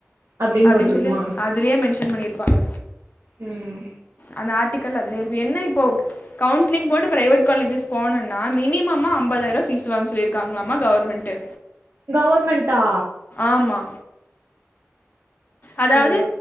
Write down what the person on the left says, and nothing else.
அப்பிடின்னு
சொல்லி அதுலேயே மென்ஷன் பண்ணியிருப்பாங்க
அந்த ஆட் ஆர்டிக்கல் அதுலேஇருக்கு என்ன இப்போ கவுன்சிலிங் போட்டு ப்ரைவேட் காலேஜஸ் போனுனா மினிமமா அம்பதாயிரூப ஃபீஸ் வாங்க சொல்லியிருக்காங்களாமா கவர்மெண்ட்டு
ஆமா அதாவது